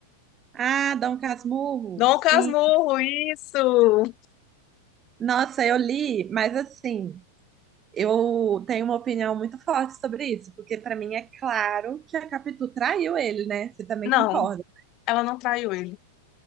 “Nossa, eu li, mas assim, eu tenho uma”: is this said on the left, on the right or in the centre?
Right